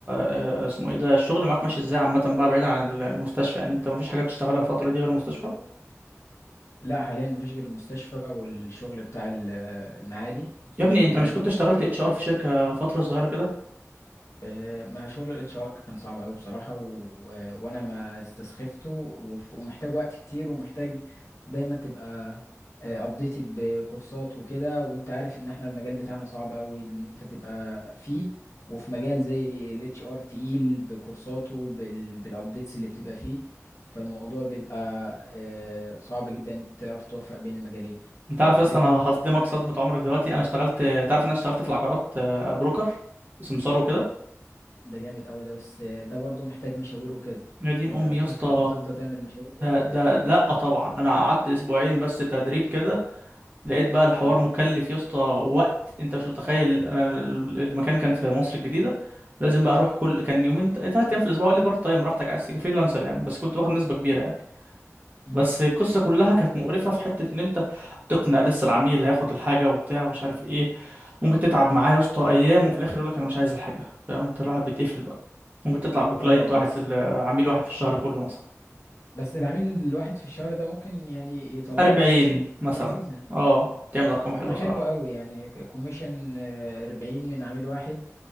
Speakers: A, on the right; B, on the left.
A: آه، اسمه ايه ده الشغل معاك ماشي ازاي عامه بقى بعيدا عن ال- المستشفى يعني انت مفيش حاجه بتشتغلها الفتره دي غير المستشفى
B: لا حاليا مفيش غير المستشفى والشغل بتاع ال- المعادي مستشفى
A: يا ابني انت
B: المعادي
A: مش كنت اشتغلت اتش ار في شركه فتره صغيره كده
B: آه، ما شغل الاتش ار كان صعب قوي بصراحة و... و- وانا ما استسخفته وف... ومحتاج وقت كتير ومحتاج دايما تبقى ابديتد بكورسات وكده وانت عارف ان احنا المجال بتاعنا صعب قوي ان انت تبقى فيه وفي مجال زي الاتش ار تقيل بكورساته بال... بالابديتس اللي بتبقى فيه فالموضوع بيبقى آه، صعب جدا إنك تعرف توفق بين المجالين
A: انت عارف يا
B: لكن
A: اسطى انا هصدمك صدمه عمرك دلوقتي انا اشتغلت تعرف ان انا اشتغلت في العقارات آه، بروكر سمسار وكده
B: ده جامد قوي ده بس ده برضو محتاج مشاوير وكده
A: يا دين
B: انت
A: امي يا
B: بتفضل
A: اسطى
B: بتفضل تعمل المشاوير دي
A: ده ده لا طبعا انا قعدت اسبوعين بس تدريب كده لقيت بقى الحوار
B: اه
A: مكلف يا اسطى وقت انت مش متخيل انا ال- المكان كان في مصر الجديده لازم بقى اروح كل كان يومين ثلاث ايام في الاسبوع قال لي بارت تايم براحتك عايز تيجي فريلانسر يعني بس كنت باخد نسبه كبيره يعني
B: امم
A: بس القصة كلها كانت مقرفة في حتة إن أنت تقنع لسه العميل اللي هياخد الحاجة وبتاع ومش عارف إيه ممكن تتعب معاه يا اسطى أيام وفي الآخر يقولك أنا مش عايز الحاجة فاهم أنت الواحد بيتقفل بقى ممكن تطلع بكلاينت
B: اه
A: واحد
B: بس
A: في ال- عميل واحد في الشهر كله مثلا
B: بس العميل الواحد في الشهر ده ممكن يعني يطلع
A: أربعين
B: لك كوميشن
A: مثلا
B: لذيذة
A: أه تعمل أرقام
B: طب
A: حلوة
B: ما حلو
A: صراحة
B: قوي يعني كوميشن 40 من عميل واحد